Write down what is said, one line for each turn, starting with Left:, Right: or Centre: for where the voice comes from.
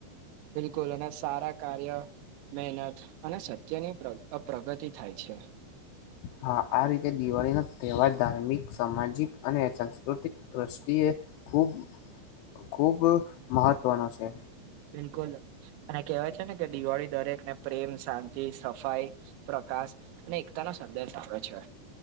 Right: બિલકુલ! અને સારા કાર્ય મહેનત અને સત્યની પ્રગતિ થાય છે.
Left: હા! આ રીતે દિવાળીનો તહેવાર ધાર્મિક, સામાજિક અને સાંસ્કૃતિક દ્રષ્ટિએ ખૂબ ખૂબ મહત્ત્વનો છે.
Right: બિલકુલ! અને કેહેવાય છે ને કે દિવાળી દરેકને પ્રેમ, શાંતિ, સફાઈ, પ્રકાશ અને એકતા નો સંદેશ આપે છે.